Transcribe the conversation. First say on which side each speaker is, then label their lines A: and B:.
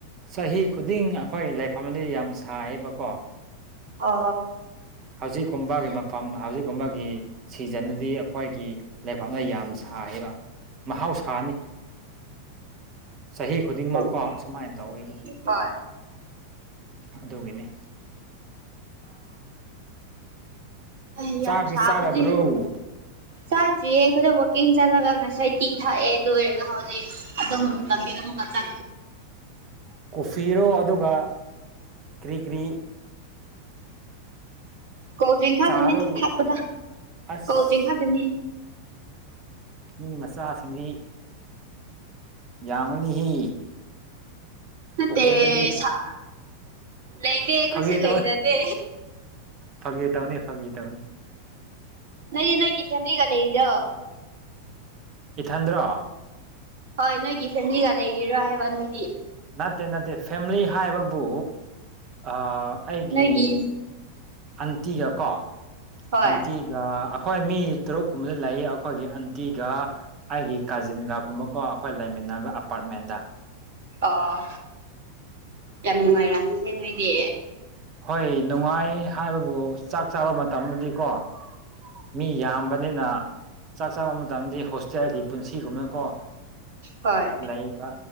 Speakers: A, on the right; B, on the right.
A: ꯆꯍꯤ ꯈꯨꯗꯤꯡ ꯑꯩꯈꯣꯏ ꯂꯩꯐꯝꯗ ꯌꯥꯝ ꯁꯥꯏꯌꯦꯕꯀꯣ
B: ꯑ
A: ꯍꯧꯖꯤꯛꯀꯨꯝꯕꯒꯤ ꯃꯐꯝ ꯍꯧꯖꯤꯛꯀꯨꯝꯕꯒꯤ ꯁꯤꯖꯟꯗꯗꯤ ꯑꯩꯈꯣꯏꯒꯤ ꯂꯩꯐꯝꯅ ꯌꯥꯝ ꯁꯥꯏ ꯑꯣꯏꯕ ꯃꯍꯥꯎꯁꯥꯅꯤ ꯆꯍꯤ ꯈꯨꯗꯤꯡꯃꯛ
B: ꯎꯝ
A: ꯀꯣ ꯑꯁꯨꯃꯥꯏꯅ ꯇꯧꯋꯦꯕ
B: ꯍꯣꯏ
A: ꯑꯗꯨꯒꯤꯅꯤ
B: ꯑ
A: ꯆꯥꯛꯇꯤ
B: ꯌꯥꯝ ꯁꯥꯕꯗꯤ
A: ꯆꯥꯔꯕ꯭ꯔꯣ
B: ꯆꯥꯗ꯭ꯔꯤꯌꯦ ꯑꯩꯈꯣꯏꯗ ꯋꯥꯛꯀꯤꯡ ꯆꯠꯂꯒ ꯉꯁꯥꯏ ꯇꯤ ꯊꯥꯛꯑꯦ ꯂꯣꯏꯔꯒ ꯍꯧꯖꯤꯛ ꯑꯗꯨꯝꯕꯤ ꯀ ꯆ
A: <unintelligible> ꯀꯣꯐꯤꯔꯣ ꯑꯗꯨꯒ ꯀꯔꯤ ꯀꯔꯤ
B: ꯀꯣꯜ ꯗ꯭ꯔꯤꯀ
A: ꯆꯥꯔꯨ
B: ꯀꯅꯤ ꯊꯄꯗ
A: ꯑꯁ
B: ꯀꯣꯜ ꯗ꯭ꯔꯔꯤꯀ ꯍꯥ ꯀꯅꯤ
A: ꯃꯤ ꯃꯆꯥꯁꯤꯡꯗꯤ ꯌꯥꯝꯒꯅꯤꯍ ꯄꯣꯀꯦꯠꯇꯗꯤ
B: ꯃꯦꯁ ꯂꯩꯅꯦ
A: ꯐꯥꯒꯤ
B: ꯀꯁꯨ ꯂꯩꯗꯗ
A: ꯇꯧꯅꯤ ꯐꯥꯒꯤ ꯇꯧꯅꯤ ꯐꯥꯒꯤ ꯇꯧꯅꯤ
B: ꯅꯅꯤ ꯅꯒꯤ ꯐꯃꯤꯂꯤꯒꯂ ꯏꯗꯣ
A: ꯏꯊꯟꯗ꯭ꯔꯣ
B: ꯍꯣꯏ ꯅꯣꯏꯒꯤ ꯐꯦꯃꯤꯂꯤꯒ ꯂꯩꯔꯤꯔꯣꯏ ꯍꯥꯏꯕ ꯅꯣꯏꯒꯤ
A: ꯅꯠꯇꯦ ꯅꯠꯇꯦ ꯐꯦꯂꯤ ꯍꯥꯏꯕꯕꯨ ꯑꯩꯒꯤ
B: ꯅꯣꯏꯒꯤ
A: ꯑꯟꯇꯤꯒ ꯀꯣ
B: ꯍꯣꯏ
A: ꯑꯇꯤꯒ ꯑꯩꯈꯣꯏ ꯃꯤ ꯇꯔꯨꯛ ꯀꯨꯝꯕꯗ ꯂꯩꯌꯦ ꯑꯩꯈꯣꯏꯒꯤ ꯑꯟꯇꯤꯒ ꯑꯩꯒꯤ ꯀꯥꯖꯤꯟꯒ ꯀꯨꯝꯕꯀꯣ ꯑꯩꯈꯣꯏ ꯂꯩꯃꯤꯟꯅ ꯅꯕ ꯑꯄꯥꯔꯠꯃꯦꯟꯗ
B: ꯑꯣ ꯌꯥꯝ ꯅꯨꯡꯉꯥꯏꯔ ꯌꯥꯝ ꯅꯨꯡꯉꯥꯏꯅꯣꯏꯗꯤ
A: ꯍꯣꯏ ꯅꯨꯡꯉꯥꯏ ꯍꯥꯏꯕꯕꯨ ꯆꯥꯛ ꯆꯥꯕ ꯃꯇꯝꯗꯤꯀꯣ ꯃꯤ ꯌꯥꯝꯕ ꯑꯅ ꯆꯥꯛ ꯆꯥꯕ ꯃꯇꯝꯗꯤ ꯍꯣꯁꯇꯦꯜꯒꯤ ꯄꯨꯟꯁꯤꯒꯨꯝꯅꯀꯣ
B: ꯍꯣꯏ
A: ꯂꯩꯕ